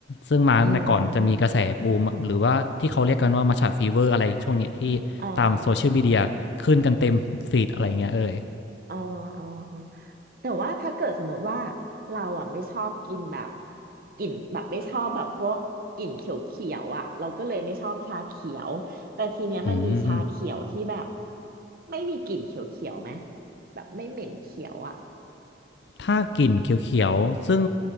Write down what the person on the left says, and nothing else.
ซึ่งมาในก่อนจะมีกระแสบูมหรือว่าที่เขาเรียกกันว่า
Matcha Fever อร์อะไรช่วงเนี้ยที่ตามโซเชียลมีเดียขึ้นกันเต็มฟีดอะไรเงี้ยเลย
อืม
ถ้ากลิ่นเขียวๆ ซึ่ง